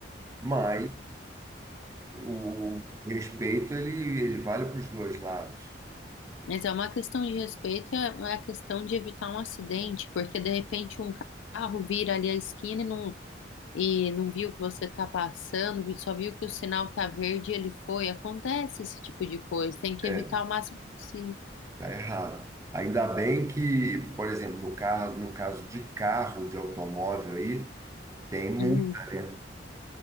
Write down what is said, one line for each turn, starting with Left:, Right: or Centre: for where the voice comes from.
Right: Mas o respeito ele, ele vale para os dois lados.
Left: Mas é uma questão de respeito, é é a questão de evitar um acidente, porque de repente um carro vira ali a esquina e não, e não viu que você está passando, vi- só viu que o sinal está verde e ele foi. Acontece esse tipo de coisa, tem que
Right: É,
Left: evitar o máximo possível.
Right: tá errado. Ainda bem que, por exemplo, no carro, no caso de carro, de automóvel aí, tem multa,
Left: Uhum,
Right: né?